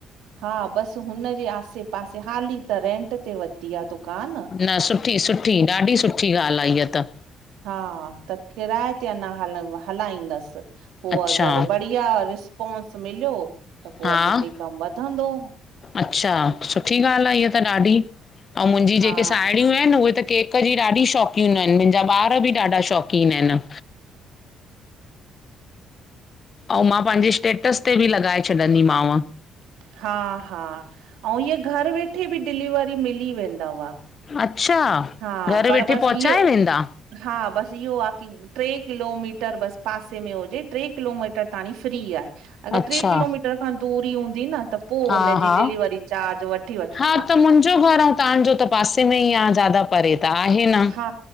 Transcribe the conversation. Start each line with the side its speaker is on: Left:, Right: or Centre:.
Right: हा बसि हुन जे आसे-पासे हाली त रेंट ते वरिती आहे दुकान
Left: न सुठी, सुठी ॾाढी सुठी ॻाल्हि आ हीअ त
Right: हा त किराए ते अञा हल हलाईंदसि पो
Left: अच्छा
Right: अगरि ब ढ़िया रिस्पोंस मिलयो त पो
Left: हा
Right: अॻिते कम वधंदो
Left: अच्छा सुठी ॻाल्हि आहे इहा त ॾाढी ऐं मुंहिंजी
Right: हा
Left: जेके साहेड़ियूं आहिनि उहे त केक जी ॾाढी शौक़ीन आहिन मुंहिंजा ॿार बि ॾाढा शौकीन आहिन अंऊ मां पंहिंजे स्टेटस ते बि लॻाए छॾींदीमांव
Right: हा, हा अंऊँ हीअ घरु वेठे बि डिलीवरी मिली वेंदव
Left: अच्छा,
Right: हा
Left: घरु
Right: पर
Left: वेठे
Right: बसि
Left: पहुचाए
Right: इहो
Left: वेंदा?
Right: हा बस इहो आहे की टे किलोमीटर बसि पासे में हुजे टे किलोमीटर ताणी फ्री आ। अगरि
Left: अच्छा
Right: टे किलोमीटर खां दूरी हूंदी न त पोइ
Left: हा
Right: हुननजी
Left: हा
Right: डिलीवरी चार्ज वठी वठंदा।
Left: हा त मुंहिंजो तव्हांजो त पासे में ई आहे ज्यादा परे त आहे न।
Right: हा